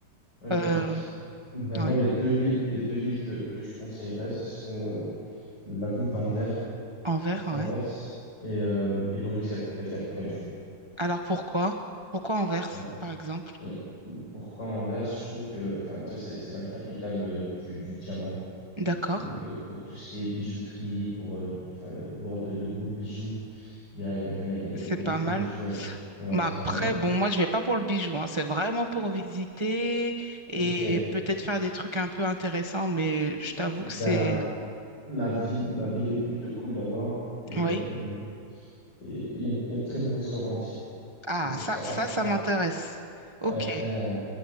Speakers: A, on the left; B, on the right.
A: ok.
B: Euh,
A: Ben
B: ouais,
A: moi, les deux villes, les deux villes que, que je conseillerais, ce serait euh, la ville d'Anvers,
B: Anvers, ouais.
A: Anvers et, euh, et Bruxelles, la capitale du coup.
B: Alors pourquoi? Pourquoi Anvers,
A: Ouais.
B: par exemple?
A: Et euh, pourquoi Anvers? Je trouve que, enfin, déjà, c'est c'est la capitale euh, du, du diamant.
B: D'accord,
A: Donc, euh, pour tout ce qui est bijouterie, pour euh, enfin, euh, voir de, de beaux bijoux, il y a, il y a, enfin, il y a, il y
B: c'est
A: a il y a
B: pas
A: de bons
B: mal.
A: bijoux. à- Ouais,
B: Mais
A: c'est
B: après,
A: pas mal.
B: bon, moi, je vais pas pour le bijou, hein. C'est vraiment pour visiter et
A: Ok.
B: peut-être faire des trucs un peu intéressants, mais je t'avoue
A: Ben,
B: que c'est...
A: la ville, la ville est plutôt cool là-bas et
B: Oui.
A: euh, et il y a, il y a de très bons restaurants aussi.
B: Ah,
A: C'est pour
B: ça,
A: ça.
B: ça,
A: Ap-
B: ça
A: ap-
B: m'intéresse.
A: Après,
B: Ok.
A: euh,